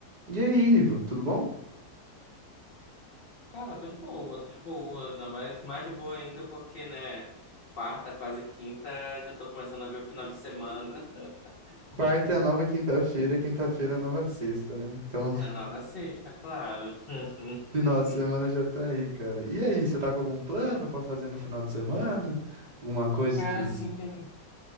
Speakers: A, on the right (about 45°); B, on the left (about 60°).
A: E aí, Ivo, tudo bom?
B: Cara, tô de boa, tô de boa, ainda mais, mais de boa ainda porque, né, quarta, quase quinta, já tô começando a ver o final de semana. <laughs>
A: Quarta é a nova quinta-feira, quinta-feira é a nova sexta, né? Então, <laughs>
B: É a nova sexta, claro. <laughs>
A: final de semana já tá aí, cara. E aí, você tá com algum plano pra fazer no final de semana? Alguma coisa
B: Cara,
A: que.
B: assim, tem, tem